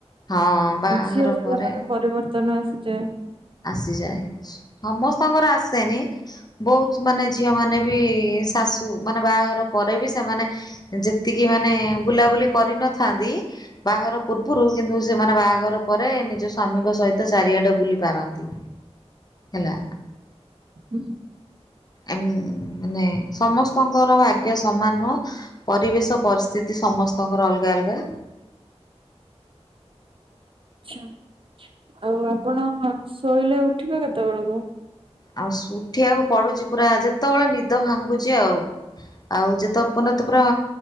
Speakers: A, on the left (about 35°); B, on the right (about 50°).
A: ହଁ ବାହାଘର
B: ଝିଅ ଜୀବନରେ
A: ପରେ
B: ପରିବର୍ତନ ତମେ ଆସୁଛେ?
A: ଆସିଯାଏ ସମସ୍ତଙ୍କର ଆସେନି। ବହୁତ ମାନେ ଝିଅ ମାନେ ବି ଶାଶୁ ମାନେ ବାହାଘର ପରେ ବି ସେମାନେ ଯେତିକି ମାନେ ବୁଲାବୁଲି କରିନଥାନ୍ତି ବାହାଘର ପୂର୍ବରୁ କିନ୍ତୁ ସେମାନେ ବାହାଘର ପରେ ନିଜ ସ୍ୱାମୀଙ୍କ ସହିତ ଚାରିଆଡେ ବୁଲି ପାରନ୍ତି। ହେଲା।
B: ହୁଁ।
A: ଆମ୍ ମାନେ ସମସ୍ତଙ୍କର ଭାଗ୍ୟ ସମାନ ନୁହଁ। ପରିବେଶ ପରିସ୍ଥିତି ସମସ୍ତଙ୍କର ଅଲଗା ଅଲଗା।
B: ଆଛା ଆଉ ଆପଣ ଶୋଇଲେ ଉଠିବେ କେତେବେଳକୁ?
A: ଆଉ ଉଠିବାକୁ ପଡୁଛି ପୁରା ଯେତେବେଳେ ନିଦ ଭାଙ୍ଗୁଛି ଆଉ। ଆଉ ଯେତେ ଉପନ ପୁରା